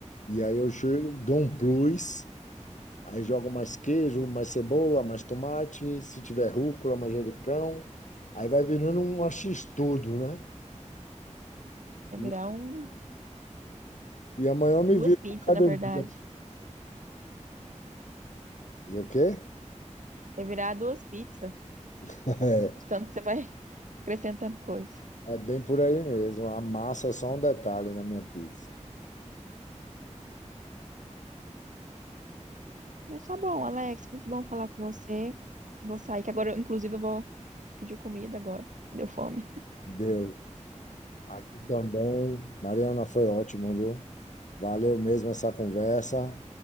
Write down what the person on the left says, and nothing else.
E aí eu chego, dou um plus, aí jogo mais queijo, mais cebola, mais tomate, se tiver rúcula, manjericão. Aí vai virando um x-tudo, né?
E,
e amanhã eu me
viro
com academia.
E o quê?
<laughs>
É bem por aí mesmo. A massa é só um detalhe na minha pizza.
Deu. Aqui também. Mariana, foi ótimo, viu? Valeu mesmo essa conversa.